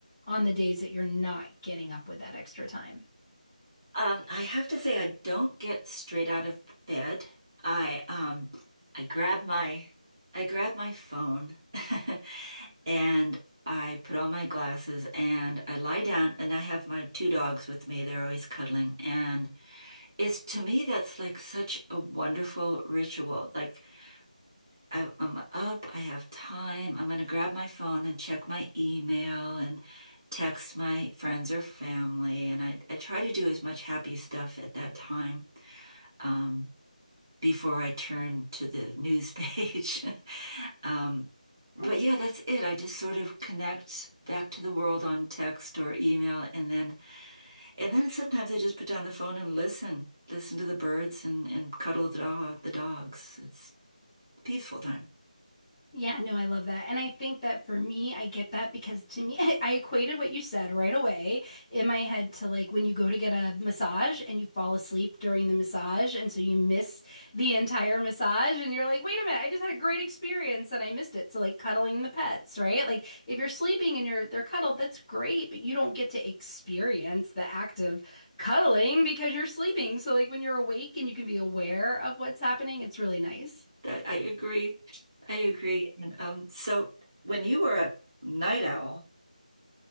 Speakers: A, in the centre; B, on the right.
A: on the days that you're not getting up with that extra time?
B: Um, I have to say, I don't get straight out of bed. I um, I grab my, I grab my phone, <laughs> and I put on my glasses and I lie down and I have my two dogs with me. They're always cuddling. And it's to me, that's like such a wonderful ritual. Like I, I'm up, I have time. I'm going to grab my phone and check my email and text my friends or family. And I, I try to do as much happy stuff at that time. Um, before I turn to the news page. <laughs> Um, but yeah, that's it. I just sort of connect back to the world on text or email, and then and then sometimes I just put down the phone and listen, listen to the birds and and cuddle the dog, the dogs. It's a peaceful time.
A: Yeah, no, I love that. And I think that for me, I get that because to me, <laughs> I equated what you said right away in my head to like when you go to get a massage and you fall asleep during the massage. And so you miss the entire massage and you're like, wait a minute, I just had a great experience and I missed it. So like cuddling the pets, right? Like if you're sleeping and you're they're cuddled, that's great, but you don't get to experience the act of cuddling because you're sleeping. So like when you're awake and you can be aware of what's happening, it's really nice.
B: I, I agree. I agree. And um, so when you were a night owl,